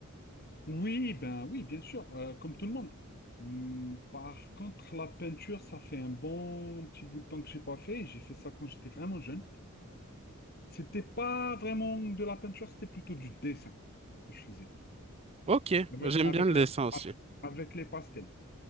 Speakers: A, on the left (about 45°); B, on the right (about 30°).
A: Oui, ben oui, bien sûr, euh, comme tout le monde. Hmm, par contre, la peinture, ça fait un bon petit bout de temps que j'ai pas fait. J'ai fait ça quand j'étais vraiment jeune. C'était pas vraiment de la peinture, c'était plutôt du dessin que je faisais
B: Ok,
A: avec,
B: j'aime
A: avec
B: bien le
A: les
B: dessin aussi.
A: avec, avec les pastels.